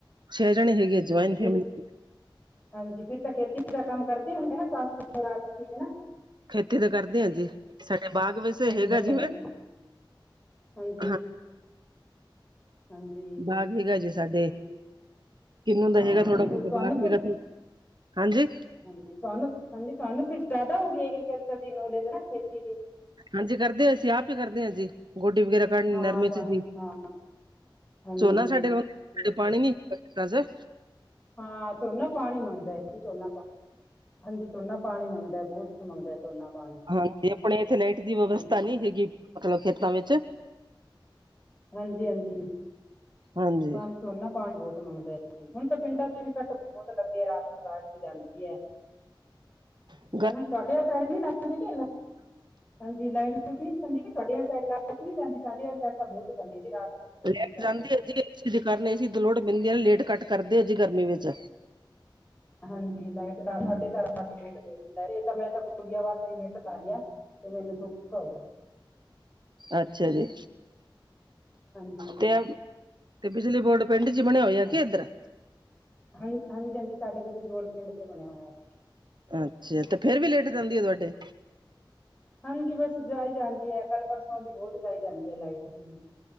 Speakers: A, on the right; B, on the left.
A: ਛੇ ਜਣੇ ਹੈਗੇ।
B: ਠੀਕ
A: ਜੁਆਇੰਟ
B: ਹੈ ਫਿਰ,
A: ਫੈਮਿਲੀ
B: ਹਾਂਜੀ ਫਿਰ ਤੇ ਖੇਤੀ ਦਾ ਕੰਮ ਕਰਤੀ ਹੂਨਦੀ ਨਾ, ਸੱਸ ਸੋਰਾ ਨਾਲ ਤੁਸੀਂ ਹੈਨਾ।
A: ਖੇਤੀ ਤਾਂ ਕਰਦੇ ਹਾਂ ਜੀ, ਸਾਡੇ ਬਾਗ ਵੈਸੇ
B: ਹਾਂਜੀ
A: ਹੈਗਾ
B: ਹੈਗੇ
A: ਜਿਵੇਂ,
B: ਹਾਂਜੀ
A: ਹਾਂ।
B: ਹਾਂਜੀ
A: ਬਾਗ ਹੈਗਾ ਜੀ ਸਾਡੇ।
B: ਠੀਕ
A: ਕਿੰਨੂੰ ਦਾ
B: ਹਾਂ
A: ਹੈਗਾ, ਥੋੜਾ ਬਹੁਤਾ
B: ਤੁ- ਤੁਹਾਨੂੰ
A: ਗਾਹਕ
B: ਫਿਰ
A: ਹੈਗਾ, ਹਾਂਜੀ
B: ਹਾਂਜੀ, ਤੁਹਾਨੂੰ, ਹਾਂਜੀ ਤੁਹਾਨੂੰ ਫਿਰ ਜ਼ਿਆਦਾ ਹੋਗੀ ਐ, ਐਗਰੀਕਲਚਰ ਦੀ ਨੌਲੇਜ, ਹੈਨਾ ਖੇਤੀ ਦੀ
A: ਹਾਂਜੀ ਕਰਦੇ, ਅਸੀਂ ਆਪ ਹੀ ਕਰਦੇ ਹਾਂ ਜੀ, ਗੋਡੀ ਵਗੈਰਾ ਕੱ ਨਰਮੇ
B: ਹਾਂ ਤੁਹਾਨੂੰ
A: ਚ ਜੀ,
B: ਹਾਂ ਹਾਂਜੀ
A: ਝੋਨਾ ਸਾਡੇ ਕੋਲ,
B: ਠੀਕ
A: ਤੇ ਪਾਣੀ
B: ਹੈ
A: ਨੀ ਰਾਜੇ
B: ਹਾਂ ਝੋਨਾ ਪਾਣੀ ਹੀ ਮੰਗਦਾ ਐ, ਜੀ ਝੋਨਾ ਪਾ ਹਾਂਜੀ ਝੋਨਾ ਪਾਣੀ ਮੰਗਦਾ, ਬਹੁਤ ਮੰਗਦਾ ਝੋਨਾ ਪਾਣੀ
A: ਹਾਂਜੀ ਆਪਣੇ ਇੱਥੇ ਲਾਈਟ ਦੀ ਵਿਵਸਥਾ
B: ਹਾਂਜੀ
A: ਨਹੀਂ ਹੈਗੀ, ਮਤਲਬ ਖੇਤਾਂ ਵਿੱਚ
B: ਹਾਂਜੀ- ਹਾਂਜੀ
A: ਹਾਂਜੀ
B: ਪਾਣੀ ਸੋਨਾ ਪਾਣੀ ਬਹੁਤ ਮੰਗਦਾ, ਹੁਣ ਤਾਂ ਪਿੰਡਾਂ ਚ ਵੀ ਘੱਟ ਬਹੁਤ ਲੱਗਦੀ ਹੈ, ਰਾਤ ਨੂੰ ਲਾਇਟ ਜਾਂਦੀ ਹੈ।
A: ਹ <unintelligible>
B: ਹੈਨਾ ਤੁਹਾਡੇ ਘਰ ਲਾਈਟ ਨੀ ਜਲਨਾ, ਹਾਂਜੀ ਲਾਈਤ ਲੁੱਟ ਨੀ ਜਾਂਦੀ। ਸਾਡਿਆਂ ਸਾਈਡ ਲਾਈਟ ਨੀ ਜਾਂਦੀ, ਸਾਢੇ ਸਾਈਡ ਤਾਂ ਬਹੁਤ ਜਾਂਦੀ ਹੈ ਜੀ, ਰਾਤ ਨੂੰ ਬਹੁਤ
A: ਲਾਈਟ
B: ਪਰੇਸ਼ਾਨ
A: ਜਾਂਦੀ
B: ਕਰਦੀ
A: ਹੈ ਜੀ, ਏ ਦਾ ਕਾਰਨ ਏ ਲੋਡ ਪੈਂਦੀ ਆਂ, ਲਾਈਟ ਕੱਟ ਕਰਦੇ ਹੈ ਜੀ ਗਰਮੀ ਵਿੱਚ।
B: ਹਾਂਜੀ ਲਾਈਟਾ ਸਾਡੇ ਘਰ ਸਬ ਪੁੱਟ ਗਏ ਸੀ, ਇਹ ਤਾਂ ਮੈਂ ਗੜੀਆਂ ਵਾਸਤੇ ਗੇਟ ਮਿੱਟ ਲਾ ਲਿਆ, ਤੇ ਮੈਨੂੰ ਸੋਖਾ ਹੋ ਗਿਆ।
A: ਅੱਛਾ ਜੀ।
B: ਹਾਂਜੀ
A: ਤੇ ਬਿਜਲੀ ਬੋਰਡ ਪਿੰਡ ਚ ਬਣਿਆ ਹੋਇਆ
B: ਹਾਂ-
A: ਕਿ ਇੱਧਰ
B: ਹਾਂ ਹਾਂਜੀ- ਹਾਂਜੀ, ਸਾਡੇ ਬਿਜਲੀ ਬੋਲ ਪਿੰਡ ਤੇ ਬਣਿਆ ਹੋਇਆ ਹੈ।
A: ਅੱਛਾ, ਤੇ ਫੇਰ ਵੀ ਲਾਈਟ ਜਾਂਦੀ ਹੈ ਤੁਹਾਡੇ
B: ਹਾਂਜੀ ਬਸ ਜਾਈ ਜਾਂਦੀ ਹੈ, ਕੱਲ ਪਰਸੋਂ ਦੀ ਬਹੁਤ ਜਾਈ ਜਾਂਦੀ ਹੈ ਲਾਈਟ ਹਾਂ।